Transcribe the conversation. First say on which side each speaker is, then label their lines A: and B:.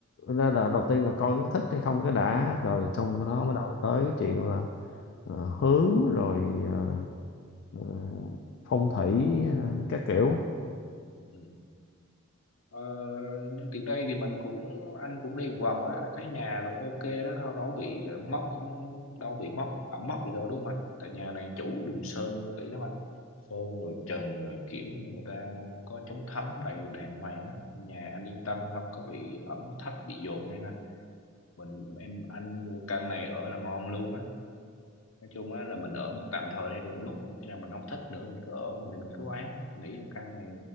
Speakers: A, on the left (about 60°); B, on the left (about 75°).
A: đó là đầu tiên là coi có thích hay không cái đã rồi xong đó
B: ừ
A: bắt đầu tới cái chuyện là ờ, hướng rồi ờ, ờ, phong thủy ờ, các kiểu
B: ừ ờ, nhưng tiện đây thì mình cũng anh cũng đi một vòng á anh thấy nhà rồi ok đó đâu đâu bị mốc đâu bị mốc ẩm mốc gì đâu đúng không anh tại nhà này chủ dùng sơn kỹ lắm anh sơn rồi trần rồi kiểu người ta có chống thấm đầy đàng hoàng á nhà anh yên tâm không có bị ẩm thấp bị dột nha anh. mình em anh mua căn này ở là ngon luôn á nói chung á là mình ở một tạm thời đi rồi lúc khi nào mình không thích nữa mình cứ ở thì mình cứ bán nghĩ là căn này